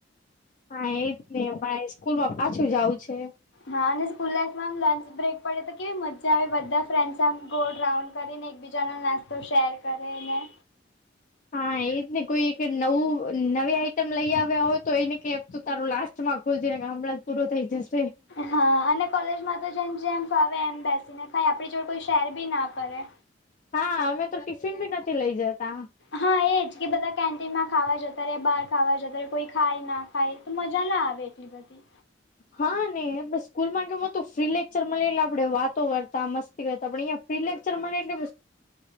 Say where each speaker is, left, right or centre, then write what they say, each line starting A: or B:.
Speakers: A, on the left; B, on the left.
A: હા, એજને, મારે સ્કૂલમાં પાછું જાવું છે.
B: હા, અને સ્કૂલ લાઈફમાં આમ લંચ બ્રેક પડે તો કેવી મજા- જે, અમે બધા ફ્રેન્ડસ આમ ગોળ રાઉન્ડ કરીને, એકબીજાનો નાસ્તો શેર કરે ને-
A: હા, એજને. કોઈ નવું નવી આઈટમ લઈ આવ્યા હોય તો એને કે- - તું તારું લાસ્ટમાં ખોલજે, નેકે હમણાં જ પૂરું થઈ જશે.
B: હા, અને કોલેજમાં તો જેમ જેમ ફાવે એમ બેસીને ખાય. આપણી જોડ કોઈ શેર બી ના કરે.
A: હા, અમેતો ટિફિન બી નથી લઇ જતા.
B: હા એજ, કે બધા કેન્ટીનમાં ખાવા જતા રહેે, બાર ખાવા જતા રહે. કોઈ ખાય ના ખાય તો, મજાના આવે એટલી બધી.
A: હા, ને સ્કૂલમાં કેવું હતું ફ્રી લેક્ચર મળે એટલે આપણે વાતો કરતા, મસ્તી કરતા પણ અહીંયા- ફ્રી લેક્ચર મળે એટલે-